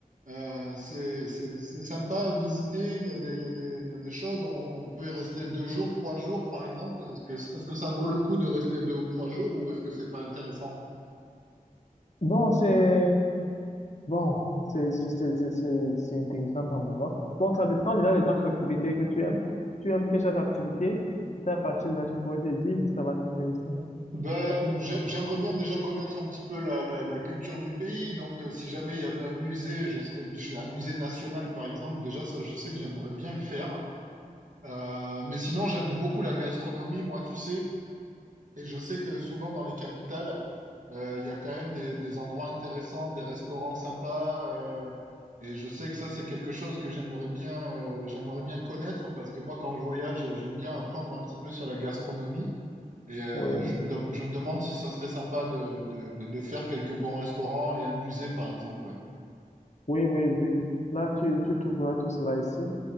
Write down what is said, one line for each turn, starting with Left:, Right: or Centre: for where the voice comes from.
Right: euh, c'est c'est- c'est sympa à visiter. Il y a des, il y a des, il y a des choses. On, on peut y rester deux jours, trois jours, par exemple. Est-ce que, est-ce que ça vaut le coup de rester deux ou trois jours ou est-ce que c'est pas intéressant?
Left: Bon, c'est bon, c'est c'est c'est c'est c'est- c'est intéressant par moment. Bon, ça dépend déjà des autres activités que tu aimes. Tu aimes quel genre d'activité? C'est à partir de là, je pourrais te dire si ça va t'intéresser.
Right: Ben, j'ai- j'aimerais bien déjà connaître un petit peu la, la, la culture du pays. Donc, euh, si jamais il y avait un musée, je serais je- un musée national, par exemple. Déjà, ça, je sais que j'aimerais bien le faire. Euh, mais sinon, j'aime beaucoup la gastronomie, moi, tu sais. Et je sais que souvent dans les capitales, euh, il y a quand même des, des endroits intéressants, des restaurants sympas. euh, et je sais que ça, c'est quelque chose que j'aimerais bien, euh, j'aimerais bien connaître parce que moi, quand je voyage, j'aime bien apprendre un petit peu sur la gastronomie. Et euh,
Left: Oui,
Right: je me dem- je me demande si ça serait sympa de, de, de, de faire quelques bons restaurants et un musée, par exemple.
Left: oui, oui, oui. Là, tu tu trouveras tout cela ici.